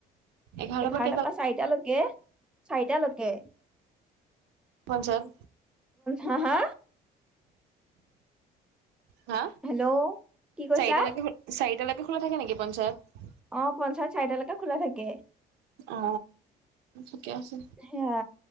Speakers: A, on the right; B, in the centre.
A: এঘাৰটাৰ
B: এঘাৰটাৰপা
A: পৰা কেইটা
B: চাৰিটালৈকে চাৰিটালৈকে।
A: পঞ্চায়ত
B: হা হা?
A: হা?
B: হেল্ল' কি কৈছা
A: চাৰিটালৈকে চাৰিটালৈকে খোলা থাকে নেকি পঞ্চায়ত?
B: অ' পঞ্চায়ত চাৰিটালৈকে খোলা থাকে।
A: অ ঠিকে আছে
B: হেয়া,